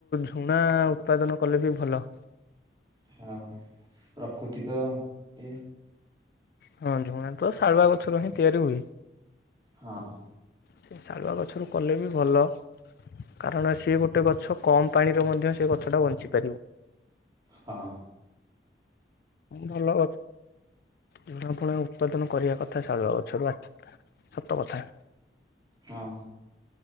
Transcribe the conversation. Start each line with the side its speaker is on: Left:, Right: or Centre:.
Left: ଝୁଣା ଉତ୍ପାଦନ କଲେ ବି ଭଲ।
Right: ହଁ ପ୍ରକୃତିକ ଇଏ।
Left: ହଁ, ଝୁଣା ତ ଶାଳୁଆ ଗଛରୁ ହିଁ ତିଆରି ହୁଏ।
Right: ହଁ।
Left: ସେ ଶାଳୁଆ ଗଛରୁ କଲେ ବି ଭଲ। କାରଣ ସିଏ ଗୋଟେ ଗଛ କମ୍ ପାଣିରେ ମଧ୍ୟ ସେ ଗଛଟା ବଞ୍ଚିପାରିବ।
Right: ହଁ।
Left: ଭଲ ଗଛ ଝୁଣା ଫୁଣା ଉତ୍ପାଦନ କରିବା କଥା ଶାଳୁଆ ଗଛରୁୁ ଆ ସତ କଥା,
Right: ହଁ।